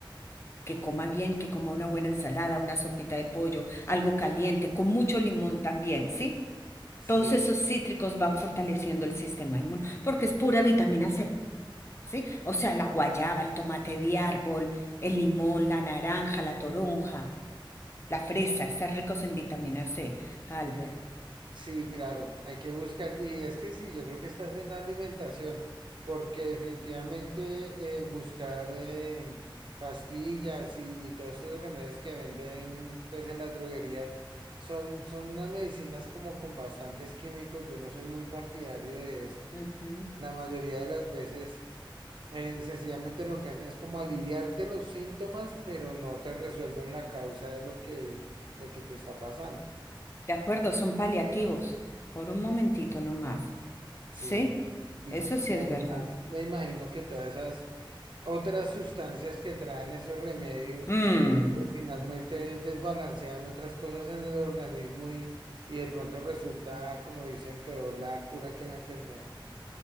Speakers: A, on the left (about 30°); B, on the right (about 65°).
A: que coma bien, que coma una buena ensalada, una sopita de pollo, algo caliente, con mucho limón también, ¿sí?
B: Sí,
A: Todos esos cítricos van fortaleciendo el sistema inmune porque es pura vitamina C, ¿sí? O sea,
B: sí,
A: la guayaba, el tomate de árbol, el limón, la naranja, la toronja, la fresa, están ricos en vitamina C, Albert.
B: sí, claro, hay que buscar. Y es que sí, yo creo que estás en la alimentación, porque definitivamente eh, buscar eh, pastillas y, y todos estos remedios que venden pues en las droguerías son, son unas medicinas como con bastantes químicos. Yo no soy muy partidario de eso.
A: Ujú.
B: La mayoría de las veces Eh, sencillamente lo que hacen es como aliviarte los síntomas, pero no te resuelven la causa de lo que, lo que te está pasando.
A: De acuerdo, son paliativos. Por un momentito nomás.
B: Sí.
A: ¿Sí?
B: Y,
A: Eso sí
B: y
A: es
B: además
A: verdad.
B: me imagino que todas esas otras sustancias que traen esos remedios,
A: Mm,
B: pues finalmente desbalancean otras cosas en el organismo y, y de pronto resulta, como dicen, peor la cura que la enfermedad.